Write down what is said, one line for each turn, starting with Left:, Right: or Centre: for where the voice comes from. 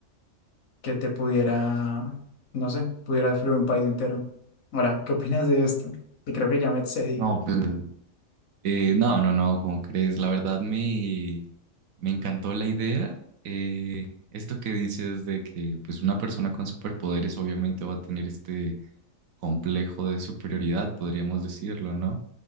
Left: que te pudiera, no sé, pudiera destruir un país entero. Ahora, ¿qué opinas de esto? Que creo que ya me excedí.
Right: No, pues Eh, no, no, no, ¿cómo crees? La verdad me, me encantó la idea. Eh, esto que dices de que pues una persona con superpoderes obviamente va a tener este complejo de superioridad, podríamos decirlo, ¿no?